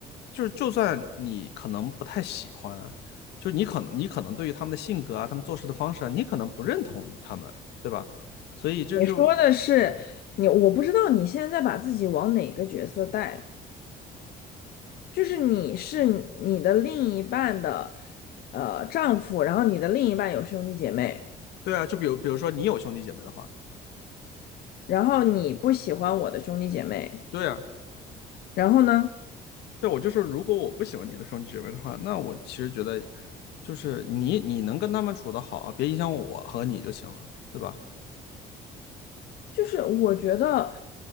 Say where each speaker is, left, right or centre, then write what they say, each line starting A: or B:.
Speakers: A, on the left; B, on the left.
A: 就是就算你可能不太喜欢，就是你可能你可能对于他们的性格啊，他们做事的方式啊，你可能不认同他们，对吧？所以这就
B: 你说的是你，我不知道你现在在把自己往哪个角色带。就是你是你的另一半的呃丈夫，然后你的另一半有兄弟姐妹，
A: 对啊，就比如比如说你有兄弟姐妹的话，
B: 然后你不喜欢我的兄弟姐妹，
A: 对啊，
B: 然后呢？
A: 对我就说，如果我不喜欢你的兄弟姐妹的话，那我其实觉得就是你你能跟他们处得好，别影响我和你就行了，对吧？
B: 就是我觉得，